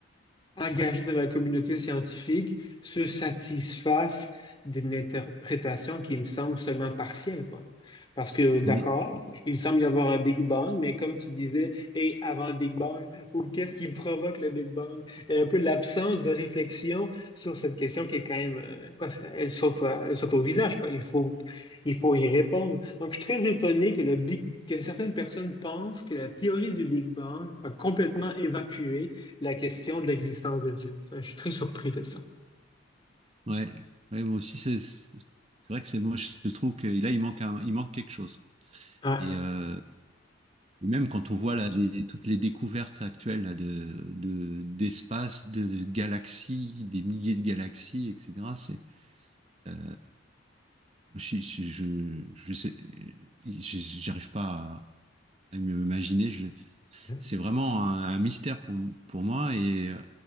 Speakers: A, on the left; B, on the right.
A: engagés dans la communauté scientifique se satisfassent d'une interprétation qui me semble seulement partielle, quoi. Parce que, d'accord,
B: Oui.
A: il semble y avoir un Big Bang, mais comme tu disais, et avant le Big Bang, ou qu'est-ce qui provoque le Big Bang? Et un peu l'absence de réflexion sur cette question qui est quand même, euh, quoi, ça- elle saute, à- elle saute au visage, quoi. Il faut, il faut y répondre. Donc, je suis très étonné que le Big, que certaines personnes pensent que la théorie du Big Bang a complètement évacué la question de l'existence de Dieu. Je suis très surpris de ça.
B: Ouais. Ouais, moi aussi, c'est c'est vrai que c'est moi, je trouve que là, il manque un- il manque quelque chose.
A: Ouais,
B: Et, euh, et même quand on voit là, des- toutes les découvertes actuelles là, de, de, d'espace, de galaxies, des milliers de galaxies, etc., c'est, euh, je, je, je, je sais, je- j'arrive pas à, à mieux m'imaginer. Je,
A: Mhm.
B: c'est vraiment un, un mystère pour, pour moi. Et euh,